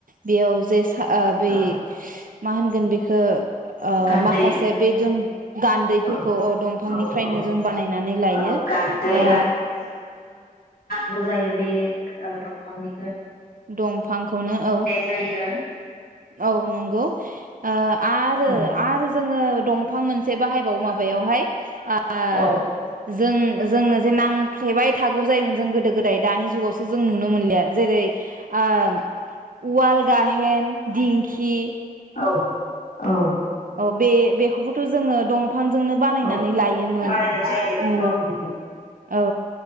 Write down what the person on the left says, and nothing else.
औ
गान्दै
औ
औ
औ
औ गान्दै
गौ जायो बे ओ दंफांनि
जायो
औ
औ
औ औ।
औ
बानायनाय जायो
औ नंगौ